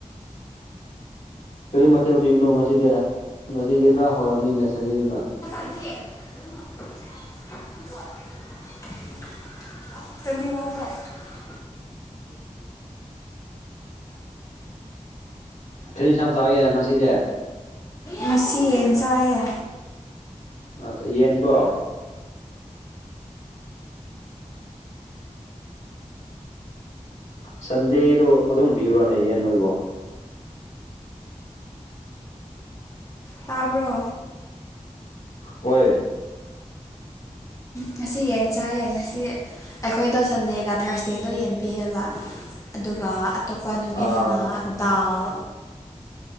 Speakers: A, on the left; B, on the left.
A: ꯀꯔꯤ ꯃꯊꯦꯜ ꯄꯤꯕꯅꯣ ꯉꯁꯤꯗꯤ ꯉꯁꯤꯗꯤ ꯈꯔ ꯍꯧꯔꯝꯅꯤꯅꯦ ꯁꯟꯗꯦꯅꯤꯅ
B: <inaudible> <unintelligible>
A: <unintelligible> ꯀꯔꯤ ꯌꯦꯟꯁꯥꯡ ꯆꯥꯒꯦ ꯉꯁꯤꯗꯤ
B: ꯉꯁꯤ ꯌꯦꯟ ꯆꯥꯏꯌꯦ
A: <unintelligible> ꯁꯟꯗꯦꯗꯣ ꯑꯗꯨꯝ ꯄꯤꯕ꯭ꯔꯣꯅꯦ ꯌꯦꯟ ꯅꯣꯏꯕꯣ
B: ꯇꯥꯕ꯭ꯔꯣ
A: ꯍꯣꯏ
B: ꯉꯁꯤ ꯌꯦꯟ ꯆꯥꯏꯌꯦ ꯉꯁꯤ ꯑꯩꯈꯣꯏꯗꯣ ꯁꯟꯗꯦꯒ ꯊꯥꯔꯁꯗꯦꯗꯣ ꯌꯦꯟ ꯄꯤꯌꯦꯕ ꯑꯗꯨꯒ ꯑꯇꯣꯞꯄ ꯅꯨꯃꯤꯠꯗꯅ
A: ꯑꯥ
B: ꯗꯥꯜ